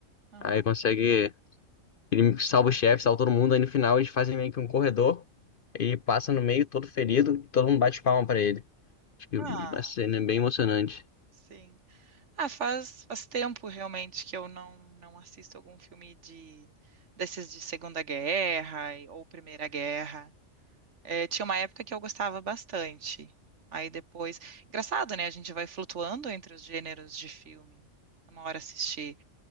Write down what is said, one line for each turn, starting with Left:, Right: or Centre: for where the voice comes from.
Right: Aham.
Left: Aí consegue. Ele salva o chefe, salva todo mundo, aí no final eles fazem meio que um corredor, ele passa no meio, todo ferido, todo mundo bate palma pra ele. Acho que
Right: Ah,
Left: a cena é bem emocionante.
Right: sim. Ah, faz, faz tempo realmente que eu não, não assisto algum filme de desses de Segunda Guerra e- ou Primeira Guerra. É, tinha uma época que eu gostava bastante. Aí depois, engraçado, né? A gente vai flutuando entre os gêneros de filme. Uma hora assiste